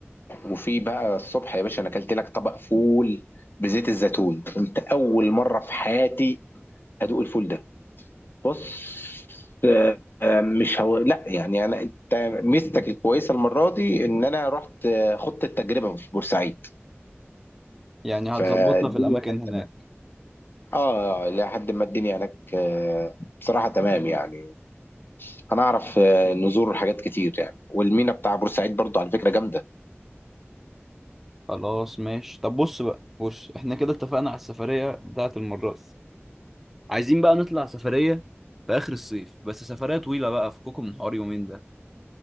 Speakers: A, on the left; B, in the centre.
A: وفي بقى الصبح يا باشا انا اكلت لك طبق فول بزيت الزيتون انت اول مره في حياتي ادوق الفول ده بص آه، آه، مش هو لا يعني انا انت ميزتك الكويسه المره دي ان انا رحت آه، خضت التجربه في بورسعيد
B: يعني هتظبطنا
A: فالدنيا
B: في الاماكن
A: هناك
B: هناك
A: تمام اه لحد ما الدنيا هناك آه، بصراحه تمام يعني هنعرف آه، نزور حاجات كتير يعني والمينا بتاع بورسعيد برضو على فكره جامده
B: خلاص ماشي طب بص بقى بص احنا كده اتفقنا على السفرية بتاعة المرة دي عايزين بقى نطلع سفرية في اخر الصيف بس سفرية طويلة بقى فككم من حوار يومين ده